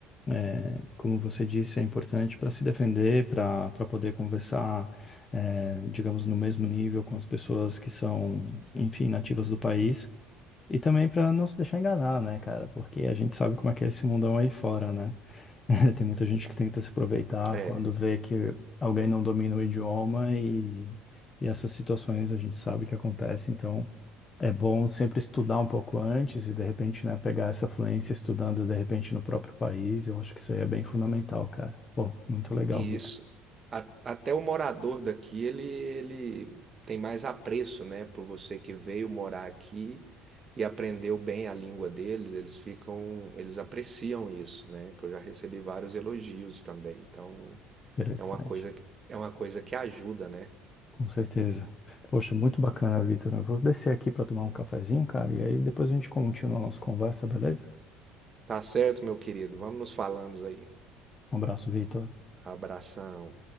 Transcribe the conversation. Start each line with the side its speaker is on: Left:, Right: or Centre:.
Left: é, como você disse, é importante para se defender, para para poder conversar, é, digamos, no mesmo nível com as pessoas que são, enfim, nativas do país. E também para não se deixar enganar, né, cara? Porque a gente sabe como é que é esse mundão aí fora, né? <laughs> Tem muita gente que tenta se aproveitar
Right: É,
Left: quando vê que alguém não domina o idioma e, e essas situações a gente sabe que acontece. Então é bom sempre estudar um pouco antes e de repente, né, pegar essa fluência estudando de repente no próprio país. Eu acho que isso aí é bem fundamental, cara. Pô, muito legal,
Right: e
Left: Vitor.
Right: isso. A- até o morador daqui, ele, ele tem mais apreço, né, por você que veio morar aqui e aprendeu bem a língua deles, eles ficam, eles apreciam isso, né? Que eu já recebi vários elogios também. Então,
Left: Interessante.
Right: é uma coisa, que- é uma coisa que ajuda, né?
Left: Com certeza. Poxa, muito
Right: Entendeu?
Left: bacana, Vitor. Eu vou descer aqui para tomar um cafezinho, cara, e aí depois a gente continua a nossa conversa, beleza?
Right: Tá certo, meu querido. Vamos nos falando aí.
Left: Um abraço, Vitor.
Right: Abração.